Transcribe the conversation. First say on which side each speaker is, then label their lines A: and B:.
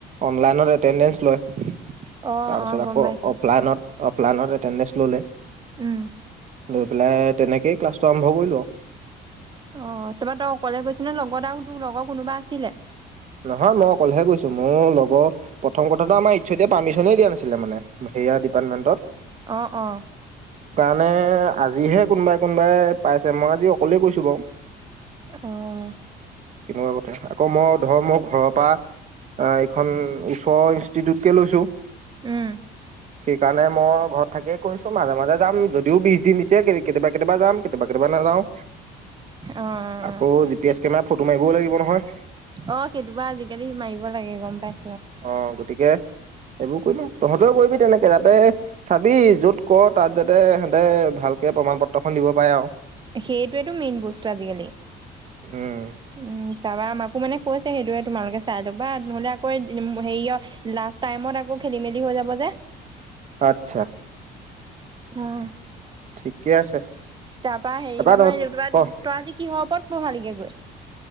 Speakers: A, on the right; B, on the right.
A: অনলাইনত এটেণ্ডেঞ্চ লয়
B: অ',
A: তাৰপিছত
B: অ', গম
A: আকৌ
B: পাইছোঁ,
A: অফলাইনত অফলাইনত এটেণ্ডেচ ললে
B: উম
A: লৈ পেলাই তেনেকেই ক্লাছটো আৰম্ভ কৰিলো আৰু
B: অ তমা তই অকলে কৈছ ন লগত আৰু তোৰ লগৰ কোনোবা আছিলে
A: নহয় মই অকলেহে কৈছোঁ মোৰ লগৰ প্ৰথম কথাটো আমাৰ ইচ্ছতিয়া পাৰ্মিচনেই দিয়া নাছিলে মানে হেয়া ডিপাৰ্টমেণ্টত
B: অ অ
A: মানে আজিহে কোনোবাই কোনোবাই পাইছে মই আজি অকলেই কৈছো বাৰু
B: আহ
A: কেনেকুৱা কথা আকৌ মই ধৰ মোৰ ঘৰৰ পৰা আহ এইখন ওচৰৰ ইনষ্টিটিউটকে লৈছো
B: উম,
A: সেইকাৰণে মই ঘৰত থাকিয়ে কৈছো মাজে মাজে যাম যদিও বিছ দিন দিছে কেতিয়াবা কেতিয়াবা যাম কেতিয়াবা কেতিয়াবা নাযাওঁ
B: অ', অ',
A: আকৌ G P S camera photo মাৰিবই লাগিব নহয়
B: অ সেইটো বা আজিকালি মাৰিব লাগে গম পাই
A: অ গতিকে এইবোৰ কৰিব তহঁতেও কৰিবি তেনেকে যাতে চাবি য'ত ক তাত যাতে সিহতে ভালকে প্ৰমাণ পত্ৰ খন দিব পাৰে আৰু
B: সেইটোয়েতটো মেইন বস্তু আজিকালি
A: উম
B: উম তপা আমাকো মানে কৈছে সেইটোয়ে তোমালোকে চাই লবা নহ'লে আকৌ হেৰিয় লাষ্ট টাইমত আক আকৌ খেলি মেলি হৈ যাব যে
A: আচ্ছা
B: আহ
A: ঠিকে আছে
B: তাৰপৰা হেৰি নহয়
A: তহঁত
B: তা তই
A: ক
B: আজি কিহ ওপৰত পঢ়ালিগে গৈ